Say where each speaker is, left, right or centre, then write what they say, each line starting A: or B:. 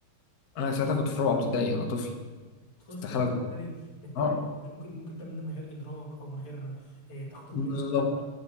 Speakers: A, on the left (about 50°); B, on the left (about 80°).
A: انا ساعتها كنت في رابعه ابتدائي انا طفل
B: طفل
A: استحاله
B: يعني
A: كنت
B: بالتالي بالتالي
A: آه،
B: انت مش- ممكن ممكن تعمل ده من غير ادراك او من غير آه، تخطيط
A: بالظبط
B: منك ف-